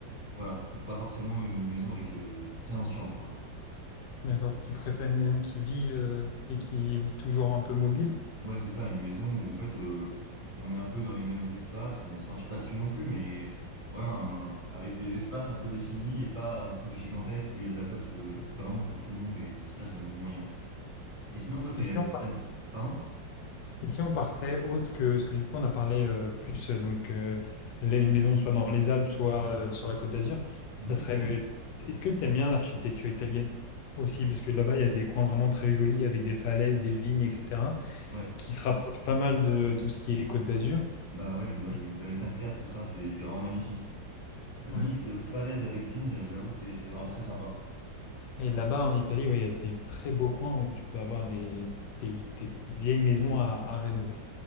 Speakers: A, on the right; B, on the left.
A: voilà, pas forcément une maison avec euh, 15 chambres quoi.
B: D'accord. Tu préfères une maison qui vive euh, et qui est toujours un peu mobile?
A: Ouais, c'est ça, une maison où en fait euh, on est un peu dans les mêmes espaces. Bon, on se marche pas dessus non plus, mais voilà, un- avec des espaces un peu définis et pas un truc gigantesque où il y a de la place euh, vraiment pour tout le monde et ça, j'aime moyen. Et sinon, toi, t'es,
B: Et si on par-
A: t'aimes- Pardon?
B: et si on partait autre que ce que du coup on a parlé euh, plus euh, donc euh, là, une maison soit dans les Alpes, soit euh, sur la Côte d'Azur,
A: Mhm.
B: ça serait. euh, Est-ce que tu aimes bien l'architecture italienne aussi? Parce que là-bas, il y a des coins vraiment très jolis avec des falaises, des vignes, etc.
A: Ouais,
B: qui se rapproche pas mal de tout ce qui est Côte d'Azur.
A: bah ouais, dans
B: Et,
A: les, dans les cinq terres, tout ça, c'est c'est vraiment magnifique. Le
B: ouais.
A: mix euh, falaise avec vigne, j'avoue, c'est c'est vraiment très sympa.
B: Et là-bas, en Italie, ouais, il y a des très beaux coins où tu peux avoir des, des- des vieilles maisons à, à rénover.